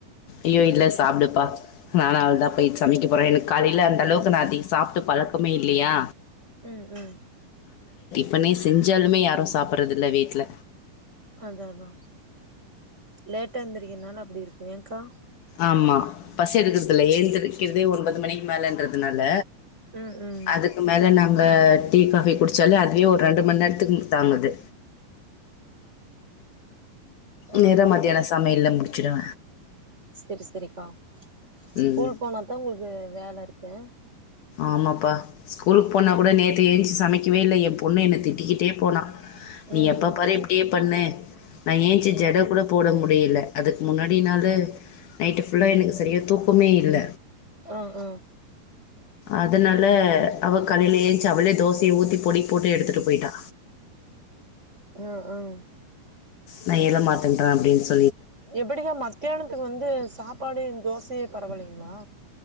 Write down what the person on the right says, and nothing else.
உம் உம்
அதாதா லேட்டா எந்தரிக்கர்னால அப்படி இருக்கும் ஏங்க்கா
ம் ம்
ம்
சரி சரி கா ஸ்கூல்
போனாதான் உங்களுகு வேல இருக் ஹ
ம்
ம்
ம்
ஆ ஹ
ஹம் ஹங்
எப்டிதான் மத்தியான அது வந்து சாப்பாடு தோசையே பரவலைங்கலா